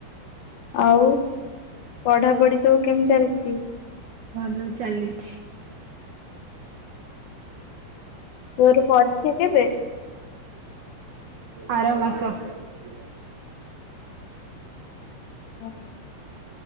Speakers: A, on the left; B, on the right.
A: ଆଉ ପଢାପଢି ସବୁ କେମିତି ଚାଲିଛି?
B: ଭଲ ଚାଲିଛି।
A: ତୋର ପରୀକ୍ଷା କେବେ?
B: ଆର ମାସ। <unintelligible>
A: ହଁ